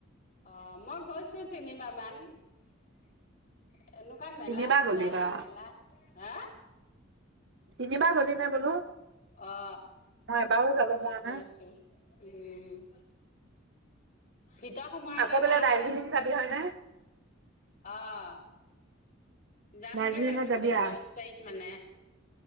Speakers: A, on the left; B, on the right.
A: অ! মই গৈছোঁ তিনিবাৰমান। এনেকুৱা মেলাত
B: তিনিবাৰ গ'লি
A: যোৱা নাই,
B: বা
A: মেলা হা!
B: তিনিবাৰ গলি নে বোলো?
A: অ!
B: মই এবাৰো যাব পৰা
A: গৈছোঁ
B: নাই
A: । উম! ভিতৰত সোমোৱা
B: আকৌ
A: গৈ
B: বোলে
A: নাই
B: দাৰ্জিলিং
A: যে।
B: যাবি হয়নে
A: আহ! যাম
B: দাৰ্জিলিঙত
A: বুলি ভাবিছোঁ
B: যাবি আ
A: দহ তাৰিখমানে,